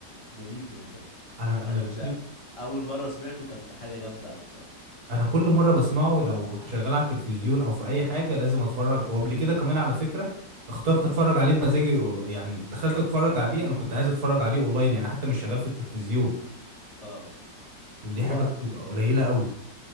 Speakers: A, on the left (about 20°); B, on the right (about 60°).
A: مميت من الضحك
B: انا انا
A: انا مش أ- اول مره سمعته كان حاجه جامده قوي بصراحه
B: انا كل مره بسمعه لو شغال على التلفزيون او في اي حاجه لازم اتفرج وقبل كده كمان على فكره اخترت اتفرج عليه بمزاجي أول- يعني دخلت اتفرج عليه انا كنت عايز اتفرج عليه اونلاين يعني حتى مش شغال في التلفزيون
A: اه
B: ودي
A: هو
B: حاجه بتبقى قليله قوي